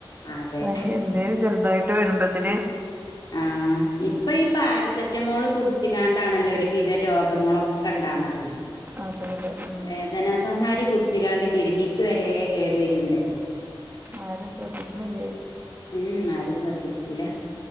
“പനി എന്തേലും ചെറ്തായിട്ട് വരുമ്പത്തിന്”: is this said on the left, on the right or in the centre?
Right